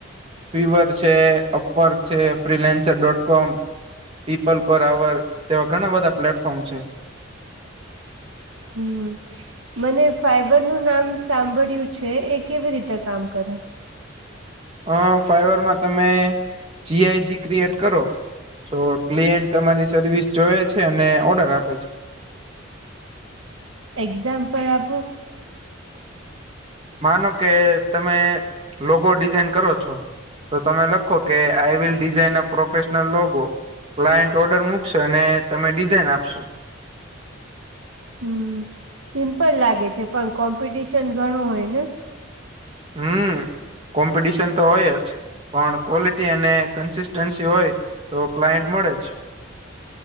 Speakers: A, on the right; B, on the right.
A: પીવર છે અપવર્ક છે ફ્રીલેન્સર ડોટ કોમ પીપલ પર અવર એવા ઘણા બધા પ્લેટફોર્મ છે.
B: હમ્મ. મને ફાઈબર નું નામ સાંભળયું છે એ કેવી રીતે કામ કરે.
A: અ ફાઈબર માં તમે જી. આઈ. જી. ક્રિએટ કરો જો ક્લીએન્ટ તમારી સર્વિસ જોએ છે અને ઓર્ડર આપે છે.
B: એક્ઝામ્પલ આપોન
A: માનો કે તમે લોગો ડિઝાઈન કરો છો તો તમે લખો કે I will design a professional logo client order મૂકશે અને તમે ડિઝાઇન આપશો
B: હમ્મ સિમ્પલ લાગે છે પણ કોમ્પિટિશન ઘણું હોય ને.
A: હમ્મ કોમ્પિટિશન તો હોય જ. પણ ક્વોલિટી અને કન્સિસ્ટન્સી હોય તો ક્લાયન્ટ મળે જ.